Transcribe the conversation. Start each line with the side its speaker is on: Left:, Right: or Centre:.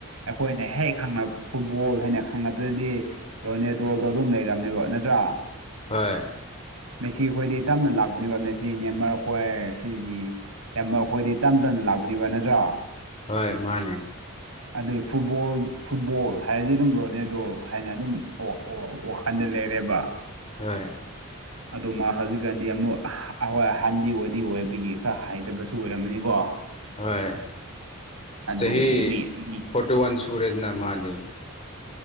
Right: ꯑꯩꯈꯣꯏꯅ ꯍꯦꯛ ꯈꯪ ꯐꯨꯠꯕꯣꯜ ꯍꯥꯏꯅ ꯈꯪꯅꯕꯗꯗꯤ ꯔꯣꯅꯦꯗꯣꯜꯗꯣ ꯑꯗꯨꯝ ꯂꯩꯔꯝꯃꯦꯕ ꯅꯠꯇ꯭ꯔꯥ
Left: ꯍꯣꯏ
Right: ꯃꯦꯆꯤ ꯈꯣꯏꯗꯤ ꯇꯞꯅ ꯂꯥꯛꯄꯅꯦꯕ ꯃꯦꯆꯤ ꯅꯦꯃꯔꯈꯣꯏ ꯁꯤꯒꯤ ꯑꯦꯝꯃ ꯑꯩꯈꯣꯏꯗꯤ ꯇꯞ ꯇꯅ ꯂꯥꯛꯄꯅꯤꯕ ꯅꯠꯇ꯭ꯔꯣ
Left: ꯍꯣꯏ ꯃꯥꯅꯦ
Right: ꯑꯗꯨꯏ ꯐꯨꯠꯕꯣꯜ ꯐꯨꯠꯕꯣꯜ ꯍꯥꯏꯔꯗꯤ ꯑꯗꯨꯝ ꯔꯣꯅꯦꯗꯣ ꯍꯥꯏꯅ ꯑꯗꯨꯝ ꯑꯣ ꯑꯣ ꯋꯥꯈꯜꯗ ꯂꯩꯔꯦꯕ
Left: ꯍꯣꯏ
Right: ꯑꯗꯨ ꯃꯥ ꯍꯧꯖꯤꯛꯀꯥꯟꯗꯤ ꯑꯃꯨꯛꯋꯥꯍꯥꯟꯗꯤ ꯍꯗꯤ ꯑꯣꯏꯕꯒꯤ ꯈꯔ ꯍꯥꯏꯗꯕꯁꯨ ꯑꯣꯏꯔꯝꯃꯅꯤꯀꯣ
Left: ꯍꯣꯏ
Right: ꯑꯗꯨꯕꯨ
Left: ꯆꯍꯤ
Right: ꯃꯤ ꯃꯤ
Left: ꯐꯣꯔꯇꯤ ꯋꯥꯟ ꯁꯨꯔꯦꯗꯅ ꯃꯥꯗꯤ